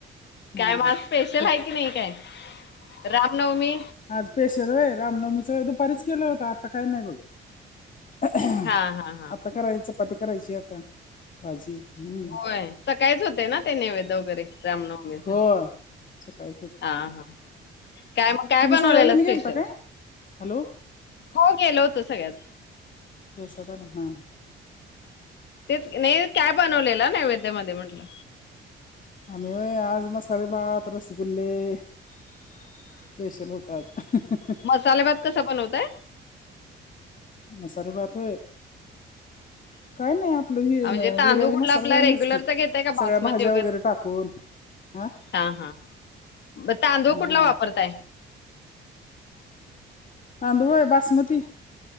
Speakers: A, on the left (about 60°); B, on the left (about 40°).
A: काय
B: हा
A: म आज स्पेशल
B: तू
A: हाय की नई काय? रामनवमी
B: आज पेशलं व्हय, रामनवमीच दुपारीच केलं होतं आत्ता काही नाही बघं. आता
A: हा हा हा
B: करायच, चपाती करायची आता भाजी. हम्म
A: होय सकाळीच होते ना ते नैवेद्य वगैरे रामनवमीच,
B: हो सकाळीच होती
A: हा हा. काय मग काय
B: तुम्ही
A: बनवलेलं
B: सगळेजण
A: स्पेशल?
B: गेलता काय हॅलो
A: हो गेलो होतो सगळ्याचं
B: प्रसाद आन, हा.
A: तेच, नाही काय बनवलेलं नैवेद्यामध्ये म्हटलं?
B: आम्ही व्हयं, आज मसाले भात, रसगुल्ले. स्पेशल होत आज ह् ह् ह्.
A: मसालेभात कसा बनवताय?
B: मसालेभात होय?
A: <inaudible>
B: काय नाही आपलं हे
A: म्हणजे
B: अ
A: तांदूळ
B: बिर्याणी
A: कुठला
B: मसाला
A: आपला
B: घालुनचं
A: रेग्युलरचा
B: की,
A: घेताय का
B: सगळ्या
A: बासमती
B: भाज्या वगैरे टाकून. हा.
A: हा हा, म तांदूळ
B: हा
A: कुठला वापरताय?
B: तांदूळ व्हयं, बासमती.